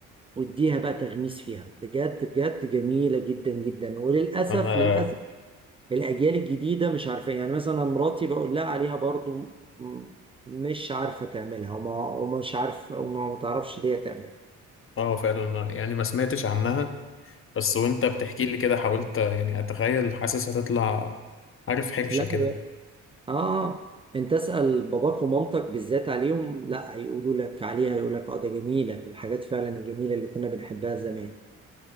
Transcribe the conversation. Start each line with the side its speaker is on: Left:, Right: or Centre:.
Right: واديها بقى تغميس فيها بجد بجد جميلة جدا جدا وللأسف
Left: انا
Right: للأسف الأجيال الجديدة مش عارفة يعني مثلا مراتي بقول لها عليها برضو م- مش عارفة تعملها وما ومش عارف وما ما تعرفش ليه تعملها
Left: اه فعلا أنا يعني ما سمعتش عنها بس وانت بتحكي لي كده حاولت يعني اتخيل حاسس هتطلع عارف حرشة
Right: لا
Left: كده
Right: هو اه انت اسال باباك ومامتك بالذات عليهم لا هيقولوا لك عليها هيقول لك اه ده جميله من الحاجات فعلا الجميله اللي كنا بنحبها زمان